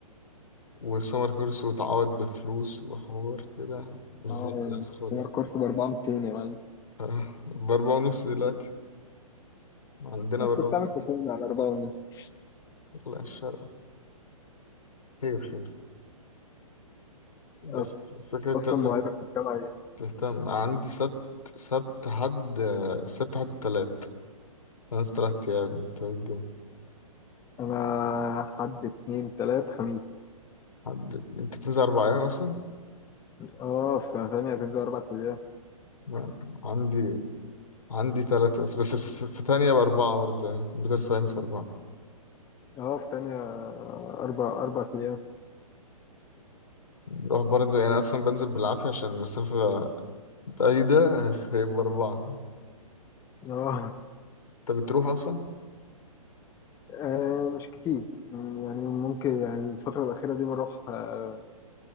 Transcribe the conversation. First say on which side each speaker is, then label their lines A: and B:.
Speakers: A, on the left (about 80°); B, on the left (about 15°).
A: والسمر كورس وتعوض بفلوس وحوار كده مش
B: اه
A: زي الناس خالص
B: سمر كورس ب 4200 يا معلم
A: <laughs> آه، بأربعة ونص دلوقتي عندنا
B: أنا
A: بأربعة
B: كنت عامل حسابي على 4 ونص
A: لا الشرق خير خير بس
B: أص-
A: فكرة تلزم
B: اصلا مواعيدك في الجامعه ايه؟
A: تهتم عندي سبت سبت حد سبت حد تلات أنا تلات أيام انت إيه الدنيا؟
B: انا حد اتنين تلات خميس
A: حد انت بتنزل أربع أيام أصلا؟
B: اه في سنه ثانيه هتنزل اربع ايام
A: لا، عندي عندي تلاتة بس بس في في تانية بأربعة برضه يعني كمبيوتر ساينس أربعة
B: اه في تانية اربع اربع ايام
A: بروح برضه يعني أصلا بنزل بالعافية عشان المسافة بعيدة هيبقى أربعة
B: اه
A: أنت بتروح أصلا؟
B: آه مش كتير مم، يعني ممكن يعني الفترة الأخيرة دي بروح آه